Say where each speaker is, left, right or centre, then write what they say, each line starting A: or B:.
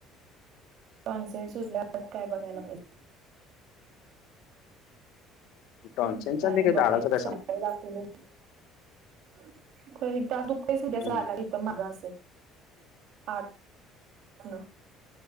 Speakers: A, on the right; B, on the left.
A: टॉन्सिल सुजल्यात काय बघायला पाहिजे.
B: टॉन्सिलचा
A: म आता काय
B: नाही काही
A: बघायच
B: दाढाचा काय
A: संध्याकाळी
B: संबंध
A: दाखवून येतो. खर हे दात दुखतय
B: हम्म
A: <unintelligible> आला री तर मगा असेल <unintelligible>